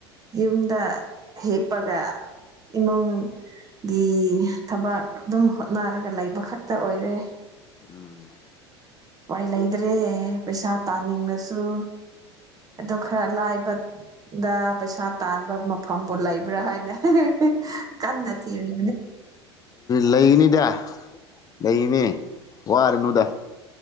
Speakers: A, on the right; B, on the left.
A: ꯌꯨꯝꯗ ꯍꯦꯄꯒ ꯏꯃꯨꯡꯒꯤ ꯊꯕꯛ ꯑꯗꯨꯝ ꯍꯣꯠꯅꯔꯒ ꯂꯩꯕ ꯈꯛꯇ ꯑꯣꯏꯔꯦ
B: ꯎꯝ
A: ꯋꯥꯏ ꯂꯩꯇ꯭ꯔꯦ ꯄꯩꯁꯥ ꯇꯥꯅꯤꯡꯂꯁꯨ ꯑ ꯈꯔ ꯂꯥꯏꯕ ꯗ ꯄꯩꯁꯥ ꯇꯥꯟꯕ ꯃꯐꯝꯕꯨ ꯂꯩꯕ꯭ꯔꯥ ꯍꯥꯏꯅ ꯀꯟꯅ ꯊꯤꯅꯤ
B: ꯂꯩꯅꯤꯗ ꯂꯩꯅꯤ ꯋꯥꯔꯅꯨꯗ